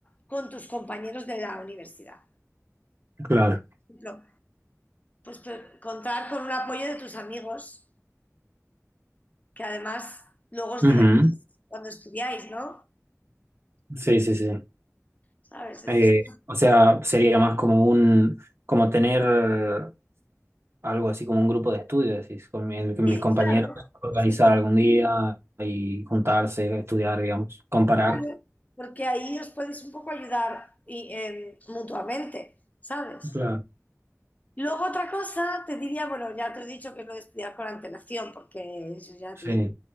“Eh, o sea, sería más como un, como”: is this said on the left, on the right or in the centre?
Right